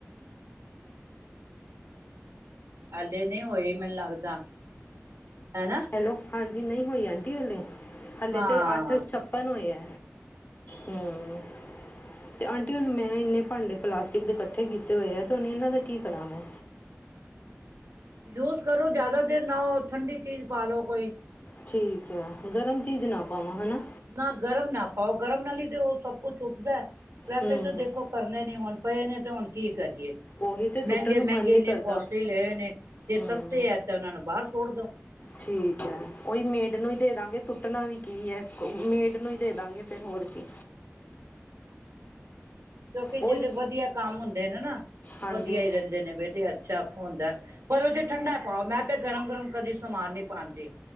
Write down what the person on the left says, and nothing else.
ਹੈਲੋ ਹਾਂਜੀ ਨਹੀਂ ਹੋਈ ਆਂਟੀ ਹਾਲੇ, ਹਾਲੇ
ਤਾਂ ਅੱਠ ਛੱ ਔਪਨ ਹੋਯਾ, ਹੂ ਤੇ ਆਂਟੀ ਹੁਣ ਮੈਂ ਇੰਨੇ ਭਾਂਡੇ ਪਲਾਸਟਿਕ ਦੇ ਇਕੱਠੇ ਕੀਤੇ ਹੋਏ ਐ, ਤੇ ਹੁਣ ਇਨਾਂ ਦਾ ਕੀ ਕਰਾਂ ਮੈਂ
ਠੀਕ ਹੈ, ਗਰਮ ਚੀਜ਼ ਨਾ ਪਾਵਾਂ ਹੈ ਨਾ
ਹੂੰ
ਉਹੀ ਤੇ ਸੁੱਟਣ
ਨੂੰ
ਮਨ ਨੀ
ਕਰਦਾ
ਹੂੰ
ਠੀਕ ਹੈ, ਉਹੀ ਮੇਡ ਨੂੰ ਹੀ ਦੇ ਦਾਂਗੇ ਸੁੱਟਣਾ ਵੀ ਕੀ ਹੈ ਮੇਡ ਨੂੰ ਹੀ
ਦੇ ਦਾਂਗੇ ਫਿਰ ਹੋਰ ਕੀ
ਉਹੀ
ਹਾਂਜੀ